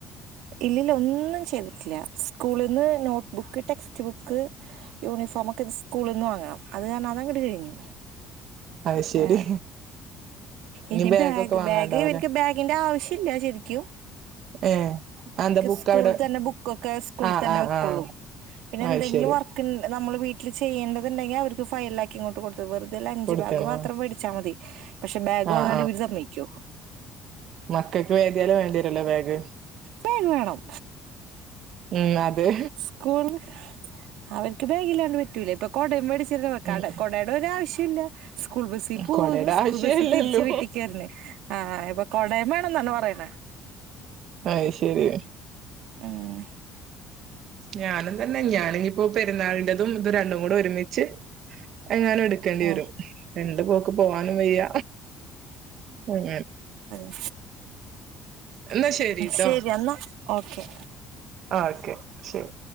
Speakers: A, on the right (about 80°); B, on the right (about 50°).
A: ഇല്ലില്ല ഒന്നും ചെയ്തിട്ടില്ല സ്കൂളിൽന്ന് നോട്ട്ബുക്ക് ടെക്സ്റ്റ് ബുക്ക് യൂണിഫോമ ഒക്കെ സ്കൂളിൽ നിന്ന് വാങ്ങണം അത് കാരണം അതാ ങ്ങട് കഴിഞ്ഞു
B: അഹ് ശരി
A: ആ ഇനി
B: ബാഗൊക്കെ
A: ബാഗ്
B: വാങ്ങാണ്ടാവല്ലേ
A: ബാഗ് ഇവർക്ക് ബാഗിന്റെ ആവശ്യ ഇല്ല ശരിക്കും
B: ഏഹ് അന്താ ബുക്ക്
A: സ്കൂ
B: അവിടെ
A: തന്നെ ബുക്കക്കെ സ്കുളിൽ
B: ആഹ്
A: തന്നെ
B: ആഹ്
A: വെക്കുള്ളൂ
B: ആഹ്
A: പിന്നെ
B: അത്
A: എന്തങ്കിൽ
B: ശരി
A: വ നമ്മള് വീട്ടില് ചെയ്യേണ്ടതുണ്ടെിൽ അവർക്ക് ഫയലാക്കക്കി ങ്ങോട് കൊടുത്തത് വെർത ലൻഞ്ച്
B: കൊടുത്തണോ
A: ബാഗ് മാത്രം വച്ചാൽ മതി പക്ഷെ ബാഗ് വാങ്ങാണ്ടി
B: ആഹ്
A: വരു സമ്മിക്കോ
B: മക്കക്ക് വേദിയാലും വേണ്ടിരല്ലോ ബാഗ്
A: ബേഗ വേണം
B: ഉം അതെ
A: സ്കൂള് അവർക്ക് ബാഗില്ലാണ്ട് പറ്റൂല ഇപ്പൊ കൊടയും മേടിച്ചിരട
B: ഉം
A: കൊടയുടെ ആവശ്യം ഇല്ല സ്കൂൾ ബസ്സിൽ പോകുന്നു
B: കൊടയുടെ
A: സ്കൂൾ
B: ആവശ്യല്ലല്ലോ
A: ബസ്സിൽ തിരിച്ച വീട്ടിക്കാരുന്നേ ആഹ് ഇപ്പൊ കൊടയം വേണന്ന പറയണേ
B: അഹ് ശരി
A: ഉം
B: ഞാനും തന്നെ ഞാനി ഇപ്പോ പെരുന്നാളിന്റെതും ഇത് രണ്ടും കൂടെ ഒരുമിച്ച് എങ്ങാനും എടുക്കേണ്ടി
A: ഉം
B: വരും രണ്ട് പോക്ക് പോവാനും വയ്യ ഉം
A: അതെ
B: എന്നാ ശരിട്ടോ
A: ശരി എന്നാ ഓക്കെ
B: ആഹ് ഓക്കെ ശരി